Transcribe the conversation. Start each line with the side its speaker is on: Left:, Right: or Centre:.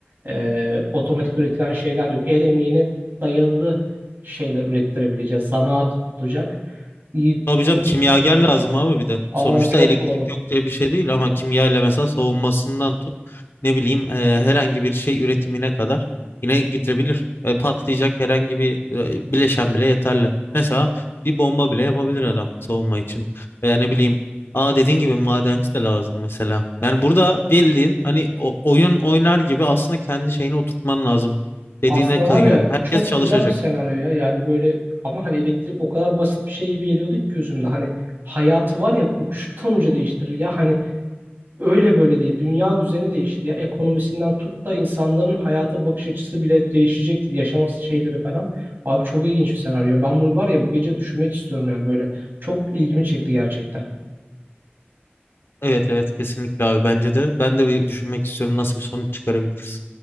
Right: e, otomatik üretilen şeyler yok. El emeğine dayalı şeyler ürettirebileceğiz. Zanaat olacak. İyi,
Left: Tabii
Right: kon-
Left: canım kimyager
Right: Hı
Left: lazım
Right: hı.
Left: abi bir de.
Right: Aa
Left: Sonuçta
Right: çok
Left: elektrik
Right: doğru.
Left: yok diye bir şey değil ama kimya ile mesela savunmasından tut ne bileyim e, herhangi bir şey üretimine kadar yine gidebilir. E, patlayacak herhangi bir e, bileşen bile yeterli. Mesela bir bomba bile yapabilir adam savunma için. Veya ne bileyim aa dediğin gibi madenci de lazım mesela. Yani burada bildiğin hani o, oyun oynar gibi aslında kendi şeyini oturtman lazım. Dediğine
Right: Aslında
Left: kayıyor.
Right: var ya
Left: Herkes
Right: çok
Left: çalışacak.
Right: güzel bir senaryo ya. Yani böyle ama hani elektrik o kadar basit bir şey gibi geliyordu ki gözümde. Hani hayatı var ya uçtan uca değiştirir ya. Hani öyle böyle değil. Dünya düzeni değişir ya. Ekonomisinden tut da insanların hayata bakış açısı bile değişecektir. Yaşaması şeyleri falan. Abi çok ilginç bir senaryo. Ben bunu var ya bu gece düşünmek istiyorum yani böyle. Çok ilgimi çekti gerçekten.
Left: Evet evet kesinlikle abi bence de. Ben de bir düşünmek istiyorum nasıl bir sonuç çıkarabiliriz.